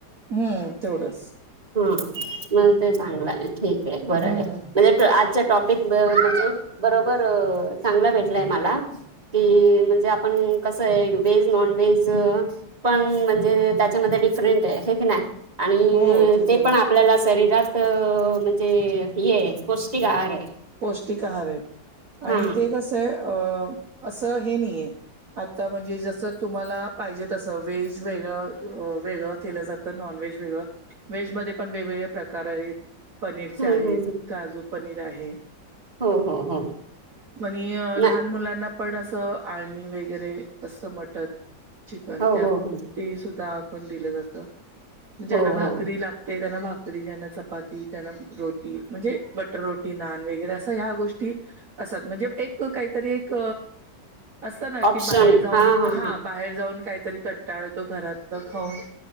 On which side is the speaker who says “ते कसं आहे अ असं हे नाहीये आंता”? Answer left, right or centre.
Right